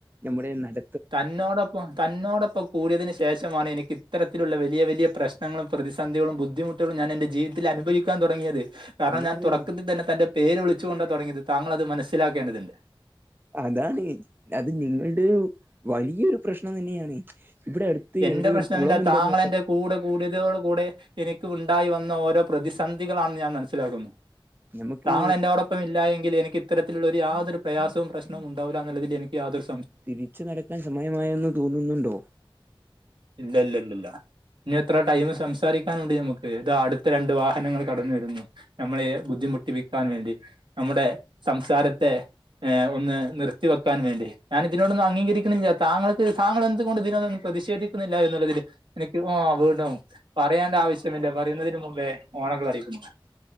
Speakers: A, on the right; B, on the right.
A: ഞമ്മുടെ നട
B: തന്നോടൊപ്പം തന്നോടൊപ്പം കൂടിയതിനു ശേഷമാണ് എനിക്ക് ഇത്തരത്തിലുള്ള വലിയ വലിയ പ്രശ്നങ്ങളും പ്രതിസന്ധികളും ബുദ്ധിമുട്ടും ഞാനെൻ്റെ ജീവിതത്തില നുബയിക്കാൻ തുടങ്ങിയത്. കാർണം
A: അങ്ങനെ
B: ഞാൻ
A: പറയരുത്
B: തുടക്കത്തിൽ തന്നെ തൻന്റെ പേര് വിളിചുകൊണ്ടാ തുടങ്ങിയത് താങ്കൾ അത് മനസ്സിലാക്കേണ്ടത്ണ്ട്..
A: അതാണ് അത് നിങ്ങൾടൊരു വലിയൊരു പ്രശ്നം തന്നെയാണ് ഇവിടെ അടുത്ത്
B: എന്റെ
A: എവിടെ
B: പ്രശ്നമില്ല
A: ഒരു കുളമുണ്ടെന്ന്
B: താങ്കള എന്റെ കൂടെ കൂടിയതോട് കൂടെ എനി ക്കുണ്ടായി വന്ന ഓരോ പ്രതിസന്ധികളാണ് ഞാ മനസിലാക്കുന്നു
A: ഞമ്മക്ക്
B: താങ്കൾ എന്റൊടൊപ്പമില്ലാ എങ്കിൽ എനി ഇത്തരത്തിലുള്ള ഒരു യാതൊരു പ്രയാസോം പ്രശ്നോം ഉണ്ടാവൂലാ ന്നുള്ളതിൽ എനിക്ക്യാദൊരു
A: തിരിച്ചു നടക്കാൻ സമയമായെന്നു തോന്നുന്നുണ്ടോ?
B: ഇല്ലല്ലല്ലാ... ഇനി എത്ര ടൈം സംസാരിക്കാനുണ്ട് ഞമുക്ക് ഇത അടുത്ത രണ്ട് വാഹനങ്ങൾ കടന്നു വരുന്നു നമ്മളെ ബുദ്ധി മുട്ടിപ്പിക്കാൻ വേണ്ടി നമ്മുടെ സംസാരത്തെ എ ഒന്ന് നിർത്തി വെക്കാൻ വേണ്ടി ഞാനിതിനോടൊന്നും അംഗീകരിക്കണില്ല താങ്കൾക്ക് താങ്കൾ എന്ത്കൊണ്ട് ഇതിനോ പ്രതിഷേധി ക്കുന്നുള്ളതിൽ എനിക്ക് വാ വീണ്ടും പറയാണ്ട ആവശ്യമില്ല പറയുന്നതിന് മുമ്പേ ഓണക്ൾ അടിക്കും